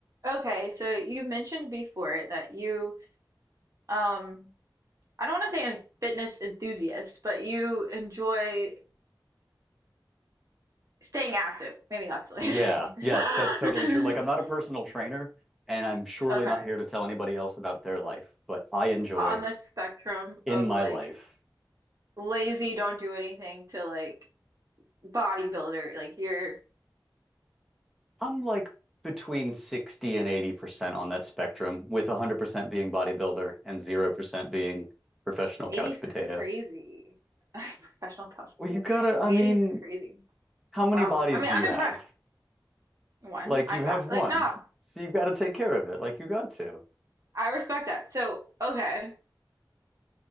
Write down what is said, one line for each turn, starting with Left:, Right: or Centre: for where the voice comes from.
Right: Okay, so you mentioned before that you, um, I don't want to say a fitness enthusiast, but you enjoy staying active. Maybe that's the
Centre: Yeah,
Right: way of saying it.
Centre: yes, that's totally true. Like, I'm not a
Right: <laughs>
Centre: personal trainer, and I'm surely
Right: Okay,
Centre: not here to tell anybody else about their life, but I enjoy
Right: on the spectrum
Centre: in
Right: of
Centre: my
Right: like
Centre: life,
Right: lazy, don't do anything to like bodybuilder, like you're
Centre: I'm like between 60 and 80% on that spectrum, with 100% being bodybuilder and 0% being professional couch
Right: 80's
Centre: potato.
Right: crazy. <laughs> Professional couch
Centre: Well,
Right: potato.
Centre: you gotta, I
Right: 80's
Centre: mean,
Right: crazy.
Centre: how many
Right: Wow.
Centre: bodies
Right: I mean,
Centre: do
Right: I'm
Centre: you
Right: impressed.
Centre: have?
Right: One,
Centre: Like,
Right: I
Centre: you
Right: fat.
Centre: have one,
Right: Like, no,
Centre: so you gotta take care of it. Like, you got to.
Right: I respect that. So, okay.